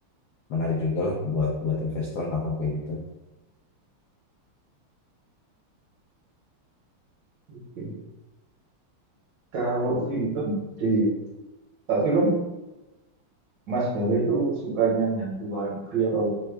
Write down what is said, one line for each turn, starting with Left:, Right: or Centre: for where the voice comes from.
Left: menarik juga lah buat buat investor hal-hal kayak gitu
Right: Mungkin. Kalau film di eh, film Mas Bele itu sukanya yang luar negeri atau